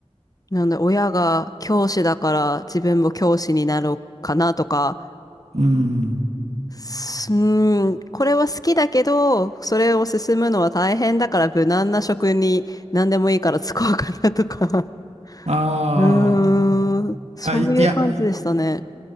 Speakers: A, on the left; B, on the right.
A: なんだ、親が教師だから自分も教師になろうかなとか、
B: うん。
A: すうーん、これは好きだけど、それを進むのは大変だから無難な職に何でもいいから就こうかなとか。
B: あ
A: うーん、
B: ー
A: そういう感じでしたね。
B: あ、いいや、